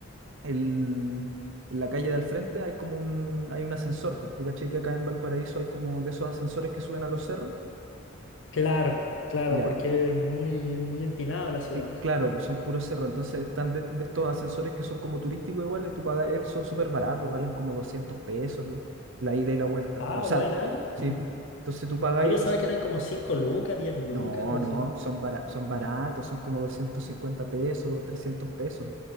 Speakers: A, on the right; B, on the left.
A: el- en la calle de al frente hay como un, hay un ascensor. Pues tú caché que acá en Valparaíso hay como de esos ascensores que suben a los cerros.
B: Claro, claro,
A: Ya,
B: porque es muy, es muy empinada la ciudad.
A: Cl- Claro, son puros cerros, entonces están de, de estos ascensores que son como turísticos igual, y tú pagas, eh, son súper baratos, valen como 200 pesos lu- la ida y la vuelta.
B: Ah,
A: O sea,
B: buena.
A: sí,
B: ¿eh?
A: pu. Entonces tú pagáis
B: Yo pensaba
A: dos...
B: que eran como 5 lucas, 10 lucas,
A: No,
B: algo así.
A: no, son, bara- son baratos, son como 250 pesos, 300 pesos.